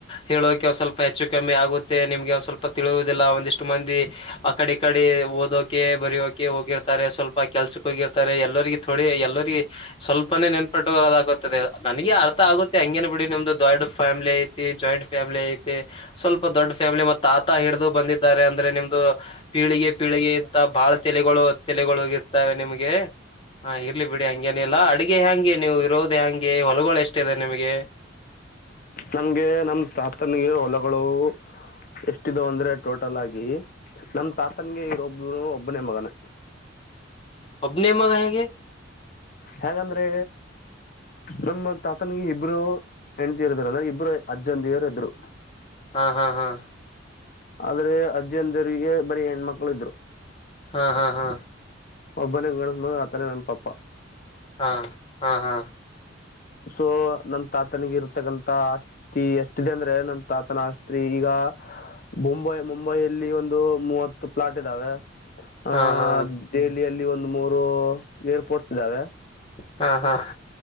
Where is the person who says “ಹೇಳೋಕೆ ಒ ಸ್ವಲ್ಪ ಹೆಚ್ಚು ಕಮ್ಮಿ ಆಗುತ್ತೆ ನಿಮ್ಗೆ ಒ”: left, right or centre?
Left